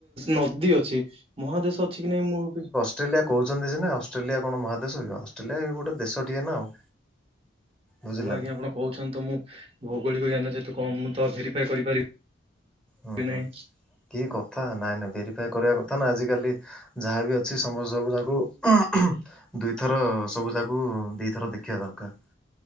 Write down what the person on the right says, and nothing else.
ନଦୀ ଅଛି ମହାଦେଶ ଅଛି କି ନାଇଁ ମୋର ବି
<unintelligible>
ହୁ ଆଜ୍ଞାପଣ
କହୁଛନ୍ତି ତ ମୁଁ ଭୌଗୋଳିକ ଜ୍ଞାନ ଯେତୁ କଣ ମୁ ତ ଭେରିଫା କରିପାରିବି।
ନାହିଁ